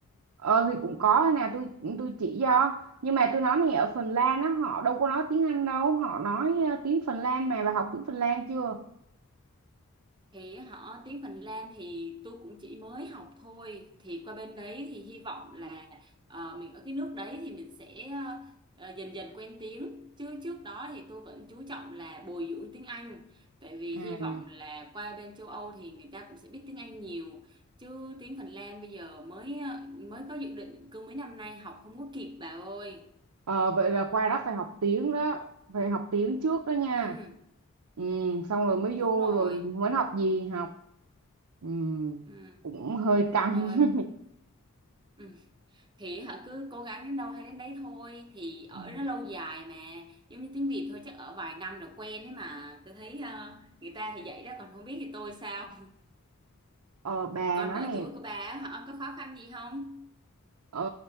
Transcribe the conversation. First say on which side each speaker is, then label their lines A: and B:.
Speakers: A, on the right; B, on the right.
A: ờ thì cũng có thế nào tôi tôi chỉ cho nhưng mà tôi nói này ở Phần Lan á họ đâu có nói tiếng Anh đâu họ nói ờ, tiếng Phần Lan mà bà học tiếng Phần Lan chưa
B: Thì họ tiếng Phần Lan thì tôi cũng chỉ mới học thôi thì qua bên đấy thì hy vọng là ờ, mình ở cái nước đấy thì mình sẽ ờ, ờ, dần dần quen tiếng chứ trước đó thì tôi vẫn chú trọng là bồi dưỡng tiếng Anh tại vì
A: Ừ.
B: hy vọng là qua bên châu Âu thì người ta cũng sẽ biết tiếng Anh nhiều chứ tiếng Phần Lan bây giờ mới ờ, mới có dự định cứ mấy năm nay học không có kịp bà ơi
A: Ờ, vậy là qua đó phải học tiếng đó phải học tiếng trước đó nha
B: ừ
A: ừ, xong rồi mới
B: đúng
A: vô
B: rồi
A: rồi muốn học gì học ừ,
B: ừ
A: cũng hơi căng
B: rồi
A: <laughs>
B: ừ. thì họ cứ cố gắng đến đâu hay đến đấy thôi thì ở
A: Ờ,
B: nó lâu dài mà giống như tiếng Việt thôi chắc ở vài năm là quen ấy mà tôi thấy ờ, người ta thì vậy đó còn không biết thì tôi sao
A: ờ, bà
B: còn
A: nói
B: mở
A: nè
B: chuỗi của bà á, họ có khó khăn gì không
A: ờ,